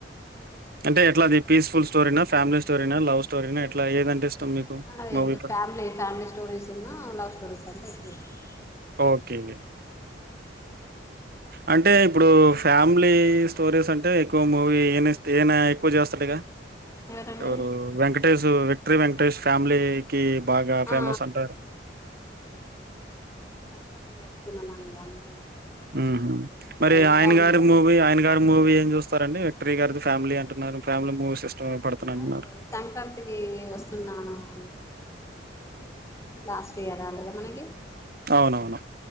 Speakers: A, on the right; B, on the left.
A: అంటే ఎట్లా అది పీఫుల్ స్టోరీనా ఫ్యామిలీ స్టోరీనా లవ్ స్టోరీనా ఎట్లా ఏదంటే ఇష్టం మీకు
B: అదే
A: మూవీ ప
B: ఫ్యామిలీ ఫ్యామిలీ స్టోరీస్ ఉన్నా లవ్ స్టోరీస్ అంతా ఎక్ వస్తుంది
A: ఓకే అంటే ఇప్పుడు ఫ్యామిలీ స్టోరీస్ అంటే ఎక్కువ మూవీ ఏ ఏనా ఎక్కువ చేస్తాడు ఇక
B: ఎవరండి
A: ఎవరు వెంకటష్ విక్ట్రీ వెంకటష్ ఫ్యామిలీ కి బాగా ఫేమస్
B: ఆ
A: అంటారు
B: సంక్రాంతికి వస్తున్నామా అమ్మ సార్ద అది
A: ఉహు మరి
B: కూడా కూడా
A: ఆయన
B: బాగునంటదు
A: గారి మూవీ ఆయన గారి మూవీ ఏం చూస్తారంటే త్రిగర్ ఫ్యామిలీ అంటున్నారు ఫ్యామిలీ మూవీస్ ఇష్టం పడుతు అంటున్నారు.
B: అదే సంక్రాంతికి వస్తున్నాను అనే సినిమా లాస్ట్ ఇయర్ రాలేద మనకి
A: అవునవును